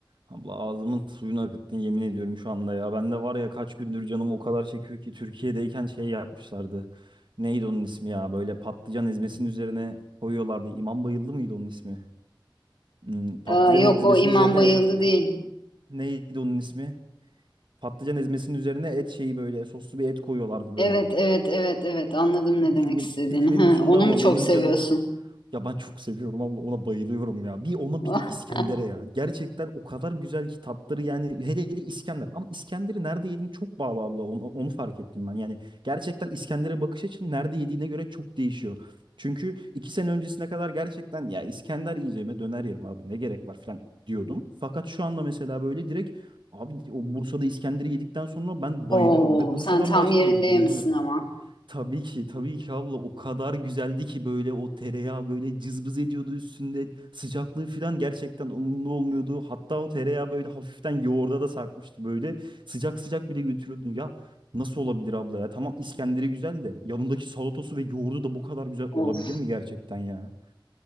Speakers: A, on the right; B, on the left.
A: Abla ağzımın suyunu akıttın yemin ediyorum şu anda ya. Ben de var ya kaç gündür canım o kadar çekiyor ki Türkiye'deyken şey yapmışlardı. Neydi onun ismi ya? Böyle patlıcan ezmesinin üzerine koyuyorlardı. İmam Bayıldı mıydı onun ismi? Hmm, patlıcan
B: Aa, yok
A: ezmesinin
B: o İmam
A: üzerine
B: Bayıldı
A: et
B: değil.
A: neydi onun ismi? Patlıcan ezmesinin üzerine et şeyi böyle soslu bir et koyuyorlardı böyle.
B: Evet evet evet evet anladım ne demek
A: Dilimin
B: istediğini.
A: dilimin
B: Ha,
A: ucunda
B: onu
A: ama
B: mu çok
A: benim
B: seviyorsun?
A: canım Ya ben çok seviyorum abla ona bayılıyorum ya. Bir ona
B: <laughs>
A: bir de İskender'e ya. Gerçekten o kadar güzel ki tatları yani hele hele İskender. Ama İskender'i nerede yediğim çok bağlı abla onu, onu fark ettim ben. Yani gerçekten İskender'e bakış açın nerede yediğine göre çok değişiyor. Çünkü iki sene öncesine kadar gerçekten ya İskender yiyeceğime döner yerim abi ne gerek var falan diyordum. Fakat şu anda mesela böyle direkt abi o Bursa'da İskender'i yedikten sonra ben bayılıyorum
B: Oo,
A: ve Bursa'dan
B: sen tam
A: başka
B: yerinde
A: yemiyorum.
B: yemişsin ama.
A: Tabii ki, tabii ki abla o kadar güzeldi ki böyle o tereyağı böyle cızbız ediyordu üstünde. Sıcaklığı falan gerçekten umurunda olmuyordu. Hatta o tereyağı böyle hafiften yoğurda da sarkmıştı böyle. Sıcak sıcak bile götürüyordun. Ya nasıl olabilir abla ya? Tamam İskender'i güzel de yanındaki salatası ve yoğurdu da bu kadar güzel olabilir
B: Of
A: mi gerçekten ya?